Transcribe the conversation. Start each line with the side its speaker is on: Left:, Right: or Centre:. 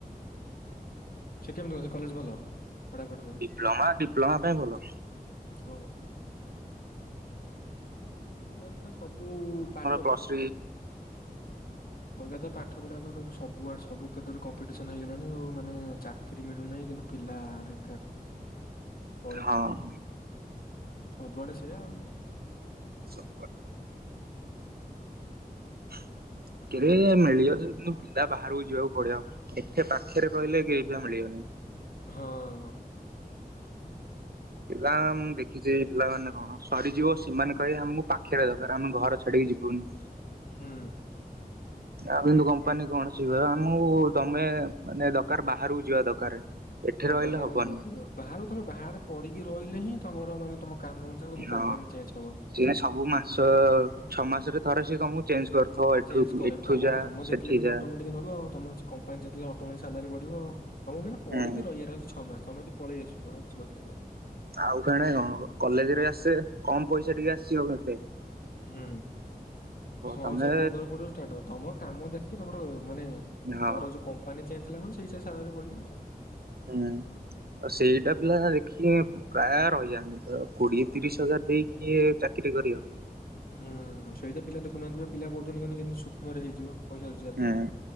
Left: ସେ କେମିତି କଲେ ଭଲ ପଢାପଢି ତାର
Right: ଡିପ୍ଲୋମା ଡିପ୍ଲୋମା ପାଇଁ ଭଲ
Left: ଓହୋ ଏଇ ସବୁ ପା
Right: ପ୍ସ
Left: ଅଜ୍ଞା ତ ପାଠ ପଢା ସବୁ ସବୁଡ ସବୁ କ୍ଷେତ୍ରରେ କମ୍ପିଟିସନ ହେଇଗଲାଣି ଆଉ ମାନେ ଚାକିରି ମିଳୁନାହିଁ କିନ୍ତୁ ପିଲା ବେକାର ପଢିକି
Right: ହଁ
Left: ସବୁଆଡେ ସେଆା ଆଉ
Right: ସଡ <inaudible> କେରେ ମିଳିବ ତ କିନ୍ତୁ ପିଲା ବାହାରକୁ ଯିବାକୁ ପଡିବ। ଏଠି ପାଖରେ ରହିଲେ କେହି ପିଲା ମିଳିବନି।
Left: ହଁ।
Right: ପିଲା ମୁଁ ଦେଖିଛି ପିଲାମାନୋନେ କଣ ସରିଯିବ ସମାନେ କହିହେ ଆମକୁ ପାଖରେ ଦରକାର ଆମେ ଘର ଛାଡିକି ଯିବୁନି।
Left: ହୁଁ।
Right: ଆଉ କିନ୍ତୁ କମ୍ପାନୀ କଣ ସିବମକୁ ତମେ ମାନେ ଦରକାର ବାହାରକୁ ଯିବା ଦରକାର। ଏଠି
Left: ହଁ
Right: ରହିଲେ
Left: ବାହାର
Right: ହବନି
Left: ଯିବା ପଡିବ ବାହାରୁ ତମେ ବାହାରେ ପଡିକି ରହିଲେ ହିଁ ତମର ମାନେ ତମ କାମ ଅନୁସାରେ ତମ
Right: ହଁ।
Left: କମ୍ପାନୀ ଚେଞ୍ଜ ହେବ
Right: ସିଏ ସବୁ ମାସ ଛଅ ମାସରେ ଥରେ ସିଏ ତମକୁ ଚେଞ୍ଜ କରିଥିବ ଏଠୁ
Left: ଚେଞ୍ଜ <inaudible> କରେଇବେ
Right: ଏଠୁ
Left: ତମ
Right: ଯା
Left: କାମ
Right: ସେଠି
Left: ଦେଖିଲେ ମନେ
Right: ଯା।
Left: ଅଟୋମେଟିକ୍ ନେବ ତମ କମ୍ପାନୀ ଯେତିକି ଅଟୋମେଟିକ ସାଲାରି ବଢିବ। <unintelligible> ପଢିକି
Right: ହୁଁ
Left: ରହିିବାର ଅଛି ଛଅ ମାସ। ତମେ ତ ପଳେଇ ଆସିବୁ ଆଉ କିଛି କରିପାରିବ।
Right: ଆଉ କଣେ କଣ କଲେଜ ରେ ଆସେ କମ ପଇସା ଟିକେ ଆସିବ ବୋଧେ
Left: ହୁଁ ହଁ
Right: ତମେ
Left: ସେଇ ପନ୍ଦର କୋଡିରୁ ଷ୍ଟାର୍ଟ ହବ ତମର କାମ ଦେଖିକି ତମର ମାନେ
Right: ହଁ
Left: ତମର ଯୋଉ କମ୍ପାନୀ <unintelligible>
Right: ହୁଁ ଆଉ ସେଇଟା ପିଲା ଦେଖି ପ୍ରାୟ ରହିଯାଆନ୍ତି। ତ କୋଡିଏ ତିରିଶ ହଜାର ଦେଇକି ଚାକିରି କରିବ।
Left: ହୁଁ ସେଇଟା ପିଲା ଦେଖୁନାହାନ୍ତି ବା ପିଲା କହୁଛନ୍ତି କିନ୍ତୁ ସୂକ୍ଷ୍ମରେ ହେଇଯିବ? ପଇସା ରୋଜଗାର
Right: ହୁଁ
Left: କରିବା